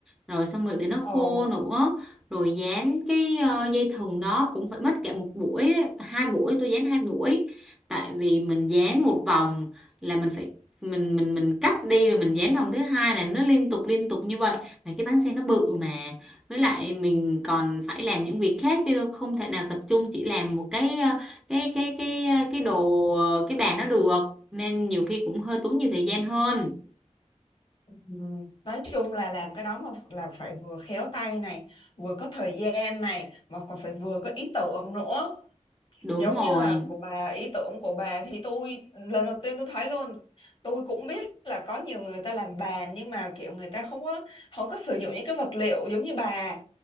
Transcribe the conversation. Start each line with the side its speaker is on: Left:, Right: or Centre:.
Centre: Rồi xong rồi để nó
Left: Ồ
Centre: khô nữa, rồi dán cái ờ, dây thừng đó cũng phải mất cả một buổi, đấy. hai buổi tôi dán hai buổi. Tại vì mình dán một vòng là mình phải mình mình mình cắt đi rồi mình dán vòng thứ hai là nó liên tục liên tục như vậy mà cái bánh xe nó bự mà với lại mình còn phải làm những việc khác chứ đâu không thể nào tập trung chỉ làm một cái ờ, cái cái cái ờ, cái đồ ờ, cái bàn nó được nên nhiều khi cũng hơi tốn nhiều thời gian hơn
Left: Ừ. Nói chung là làm cái đó mà là phải vừa khéo tay này, vừa có thời gian này, mà còn phải vừa có ý tưởng nữa.
Centre: đúng
Left: Giống
Centre: rồi
Left: như là của bà, ý tưởng của bà thì tôi lần đầu tiên tôi thấy luôn. Tôi cũng biết là có nhiều người người ta làm bàn nhưng mà kiểu người ta không có không có sử dụng những cái vật liệu giống như bà